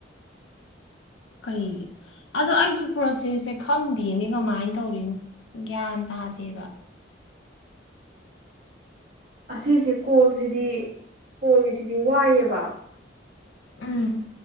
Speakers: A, on the left; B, on the right.
A: ꯀꯩꯒꯤ ꯑꯗꯣ ꯑꯩꯁꯨ ꯄ꯭ꯔꯣꯁꯦꯁꯁꯦ ꯈꯪꯗꯦꯅꯦ ꯀꯃꯥꯏꯅ ꯇꯧꯔꯤꯅꯣ꯫ ꯒ꯭ꯌꯥꯟ ꯇꯥꯗꯦꯕ꯫
B: ꯑꯁꯤꯁꯦ ꯀꯣꯜꯁꯤꯗꯤ ꯀꯣꯜꯒꯤꯁꯤꯗꯤ ꯋꯥꯏꯑꯦꯕ꯫
A: ꯎꯝ